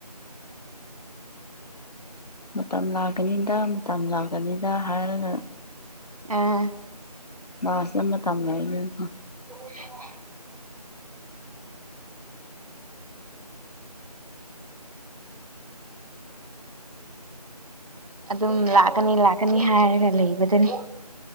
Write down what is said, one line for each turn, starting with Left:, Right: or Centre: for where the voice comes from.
Left: ꯃꯇꯝ ꯂꯥꯛꯀꯅꯤꯗ ꯃꯇꯝ ꯂꯥꯛꯀꯅꯤꯗ ꯍꯥꯏꯔꯒ
Right: ꯎꯝ
Left: ꯃꯥꯁꯅ ꯃꯇꯝ <unintelligible>
Right: <unintelligible> ꯑꯗꯨꯝ ꯂꯥꯛꯀꯅꯤ ꯂꯥꯛꯀꯅꯤ ꯍꯥꯏꯔꯒ ꯂꯩꯕꯗꯅꯤ